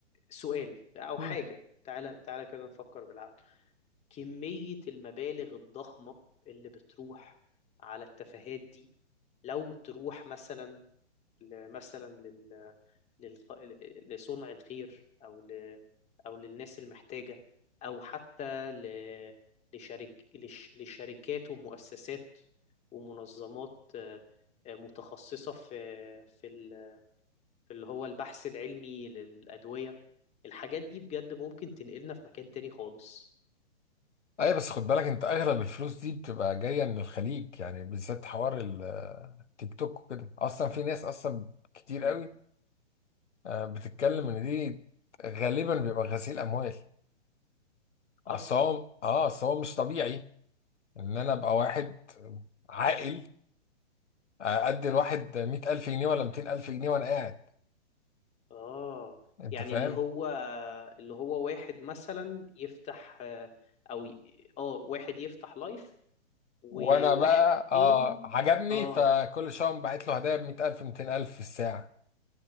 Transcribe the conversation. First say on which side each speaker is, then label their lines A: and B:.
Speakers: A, on the left; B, on the left.
A: سؤال او
B: مم.
A: حاجة تعالى تعالى كده نفكر بالعقل كمية المبالغ الضخمة اللي بتروح على التفاهات دي لو تروح مثلا ل- مثلا لل... للخ... لصنع الخير او ل... او للناس المحتاجة او حتى ل... لشرك... لش... لشركات ومؤسسات ومنظمات آه، آه، متخصصة في في ال... في اللي هو البحث العلمي للأدوية الحاجات دي بجد ممكن تنقلنا في مكان تاني خالص
B: اي بس خد بالك انت اغلب الفلوس دي بتبقى جايه من الخليج يعني بالذات حوار ال- التيك توك وكده اصلا في ناس اصلا كتير
A: مم.
B: قوي آه، بتتكلم ان دي غالبا بيبقى غسيل اموال
A: أصلا
B: اصل هو اه اصل هو مش طبيعي ان انا ابقى واحد عاقل ادي الواحد 100000 جنيه ولا 200000 جنيه وانا قاعد
A: اه
B: انت
A: يعني
B: فاهم
A: اللي هو اللي هو واحد مثلا يفتح آه، او ي- اه واحد يفتح لايف وواحد
B: وانا بقى اه
A: تاني
B: عجبني
A: اه
B: فكل شويه بعت له هدايا ب 100000 200000 في الساعه